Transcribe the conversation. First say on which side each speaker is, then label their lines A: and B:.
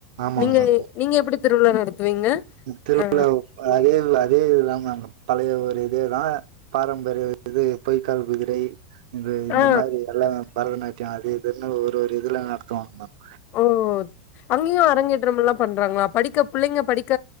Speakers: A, on the right; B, on the left.
A: ஆமாங்க
B: நீங்க நீங்க எப்பிடி திருவிழா நடத்துவீங்க
A: ம் திருவிழா
B: ஆ
A: ஒ அ ஏழ் நாள் இதே இதுதா மேம் பழைய ஒரு இதேதா பாரம்பரிய இது பொய்க்கால் குதிரை இது இந்த
B: ஆ
A: மாரி எல்லாம் பரதநாட்டியோ ஆடி இதுன்னு ஒரு ஒரு இதுல்லா நடத்துவாங்க மேம்
B: ஓ அங்கியு அரங்கேட் றம்லா பண்றாங்ளா படிக்க புள்ளைங்க படிக்க